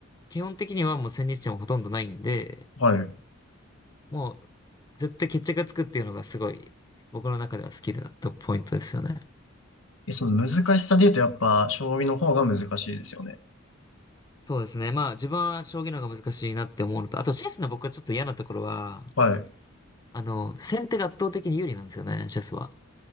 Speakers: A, on the left (about 20°); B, on the left (about 70°).
A: 基本的にはもう千日もほとんどないんで、
B: はい。
A: もう絶対決着がつくっていうのがすごい僕の中では好きだったポイントですよね。
B: え、その難しさで言うとやっぱ、将棋の方が難しいですよね。
A: そうですね。まあ、自分は将棋の方が難しいなって思うのと、あとチェスの僕はちょっと嫌なところは、
B: はい。
A: あの、先手が圧倒的に有利なんですよね、チェスは。